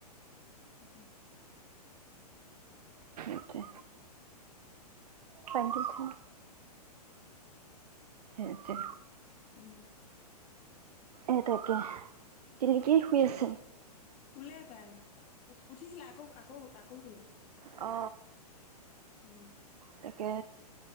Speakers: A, on the left (about 35°); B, on the right (about 70°).
A: উম
B: সেইটোৱে কাইলৈ ক'ত আছে
A: উম
B: এ তাকে, তিলিকিক শুই আছে।
A: শুলে তাই। উঠিছিলে আকৌ আকৌ আকৌ শুলে।
B: অ
A: উম
B: তাকে,